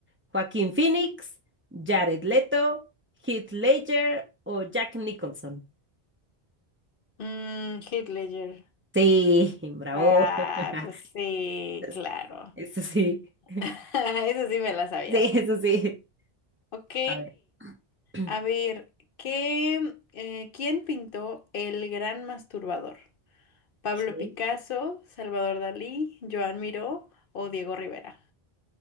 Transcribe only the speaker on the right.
Joaquín Phoenix, Jared Leto, Heath Ledger o Jack Nicholson.
Sí, bravo.
<laughs>
Es-
Eso sí. <laughs>
Sí,
eso sí.
A ver. <clears throat>
ok.